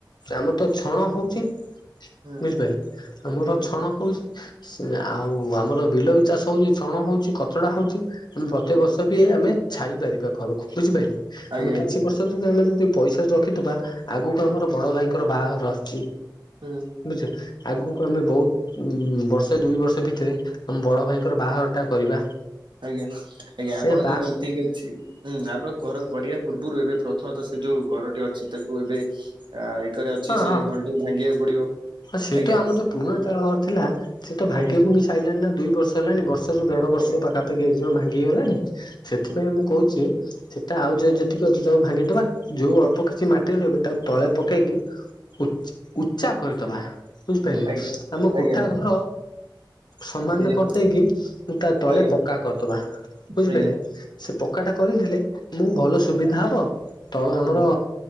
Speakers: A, on the left; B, on the right.
A: ଆମର ତ ଛଣ ହଉଚି,
B: ହୁଁ
A: ବୁଝିପାଇଲେ ଆମର
B: ହୁଁ
A: ଛଣ ହଉଚି, ତା ସେ ଆଉ ଆମର ବିଲ ବି ଚାଷ ହଉଚି ଛଣ ହଉଛି କଚଡା ହଉଚି। ଆମେ ପ୍ରତ୍ୟେକ
B: ହୁଁ
A: ବର୍ଷ ବି ଆମେ ଛାଇପାରିବା ଘରକୁ ବୁଝିପାଇଲେ
B: ଆଜ୍ଞା
A: ।ଆମେ କିଛି
B: ଆଜ୍ଞା
A: ବର୍ଷ ଯଦି ଆମେ ଦି ପଇସା ରଖିଥିବା ଆଗକୁ ଆମର ବଡ ଭାଇଙ୍କର ବାହାଘର ଆସୁଛି।
B: ହୁଁ
A: ବୁଝି ଆଗକୁ ଆମେ ବହୁତ ଉ ବର୍ଷ ଦୁଇ ବର୍ଷ ଭିତରେ ଆମ ବଡ଼ ଭାଇଙ୍କର ବାହାଘରଟା କରିବା।
B: ଆଜ୍ଞା ଆଜ୍ଞା।
A: ସେ
B: ଆପଣ
A: ବା
B: ଯୋଉ କହିଲେ ଠିକ ଅଛି ହୁଁ ଆପଣ ଘର କରିବା ପୂର୍ବରୁ, ଏବେ ପ୍ରଥମତଃ ସେ ଯୋଉ ଘରଟି ଅଛି ତାକୁ କୁ, ଏବେ ଏକରେ ଅଛି
A: ହଁ
B: ସେ
A: ହଁ
B: ଘର ଟିକୁ ଭାଙ୍ଗିବାକୁ ପଡିବ।
A: ହଁ ସେ
B: ଆଜ୍ଞା
A: ତ ଆମର ଯୋଉ ପୁରୁଣା ଚାଳ ଘର ଥିଲା। ସେ ତ ଭାଙ୍ଗି
B: ଆଜ୍ଞା
A: ଭୁଙ୍ଗି ସାଇଲାଣି ନା ଦୁଇ ବର୍ଷ ହେଲାଣି। ରୁ ଦେଢ ବର୍ଷ
B: ଆଜ୍ଞା।
A: ପାଖାପାଖି ହେଇଯିବ ଭାଙ୍ଗିଗଲାଣି,
B: ହୁଁ
A: ସେଥିପାଇଁ
B: ହୁଁ
A: ମୁଁ କହୁଛି ତା ଆଉ ଯୋ
B: ହୁଁ
A: ଯେତିକି ଅଛି ତାକୁ ଭାଙ୍ଗିଦବା। ଯୋଉ ଅଳ୍ପ କିଛି ମାଟିରେ ରହିବ ତାକୁ ତଳେ ପକେଇକି ଉଚ ଉଚ୍ଚା କରିଦବା। ବୁଝିପାଇଲେ
B: ଆଜ୍ଞା ଆଜ୍ଞା
A: ଆମ କୋଠା
B: ହୁଁ ଆଜ୍ଞା
A: ଘର ସମାନ
B: ଆଜ୍ଞା।
A: କରିଦେଇକି ତା ତଳେ
B: ଆଜ୍ଞା
A: ପକ୍କା
B: ଆଜ୍ଞା
A: କରିଦବା ବୁଝିପାଇଲେ,
B: ଆଜ୍ଞା
A: ସେ ପକ୍କାଟା କରିଦେଲେ ଆମକୁ ଭଲ ସୁବିଧା ହବ ତଳ
B: ହୁଁ
A: ଆମର